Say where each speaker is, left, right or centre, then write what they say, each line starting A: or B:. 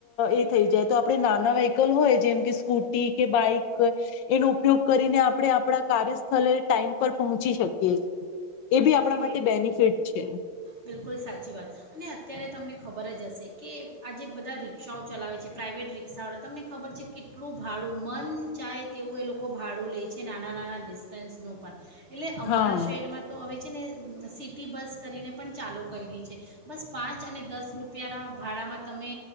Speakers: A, on the left (about 75°); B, on the right (about 40°).
A: એ થઈ જાય તો આપણે નાના <unintelligible> હોય જેમ કે સ્કૂટી કે બાઈક એનો ઉપયોગ કરીને આપણે આપણા કાર્યસ્થળ ટાઈમ પર પહોંચી શકીએ છીએ. એ બી
B: બિલકુલ
A: આપણા માટે બેનિફિટ છે
B: બિલકુલ સાચી વાત અને અત્યારે તમને ખબર જ હશે કે આજે બધા રી્ષાઓ ચલાવે છે પ્રાઇવેટ રિક્ષાવાળા તમને ખબર છે, કેટલું ભાડું મન ચાહે તેવું એ લોકો ભાડું લે છે, નાના નાના ડિસ્ટન્સનું પણ એટલે અમારા
A: હા
B: શહેરમાં હોય છે ને સિટી બસ કરીને પણ ચાલુ કરી રહી છે બસ પાંચ અને દસ રૂપિયાના ભાડામાં તમે